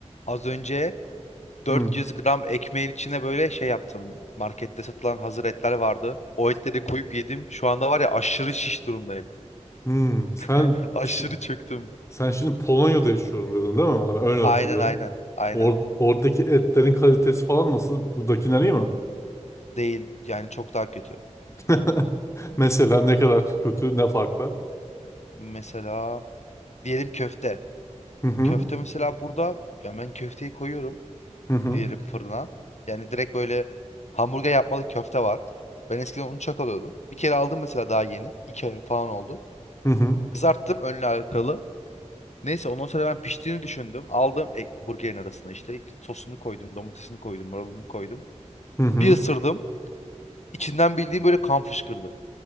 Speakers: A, on the left (about 65°); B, on the left (about 25°).
A: Az önce 400
B: Hmm.
A: gram ekmeğin içine böyle şey yaptım. Markette satılan hazır etler vardı. O etleri koyup yedim. Şu anda var ya aşırı şiş durumdayım.
B: Hmm. Sen
A: <laughs> Aşırı
B: şi-
A: çöktüm.
B: sen şimdi Polonya'da yaşıyorum dedin değil mi bana? Ben öyle hatırlıyorum.
A: Aynen aynen. Aynen.
B: Or oradaki etlerin kalitesi falan nasıl? Buradakiler iyi mi?
A: Değil. Yani çok daha kötü.
B: <laughs> Mesela ne kadar kötü, ne fark var?
A: Mesela diyelim köfte.
B: Hı hı.
A: Köfte mesela burada ya ben köfteyi koyuyorum
B: Hı hı.
A: diyelim fırına. Yani direkt böyle hamburger yapmalı köfte var. Ben eskiden onu çok alıyordum. Bir kere aldım mesela daha yeni. İki ay falan oldu.
B: Hı hı.
A: Kızarttım önlü arkalı. Neyse ondan sonra ben piştiğini düşündüm. Aldım e, burgerin arasına işte sosunu koydum, domatesini koydum, marulunu koydum.
B: Hı hı.
A: Bir ısırdım. İçinden bildiğim böyle kan fışkırdı.